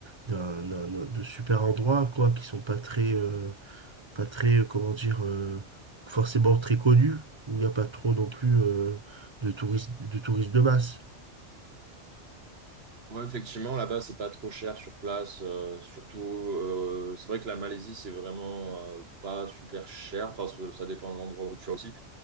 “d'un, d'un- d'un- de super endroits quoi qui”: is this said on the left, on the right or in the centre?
Right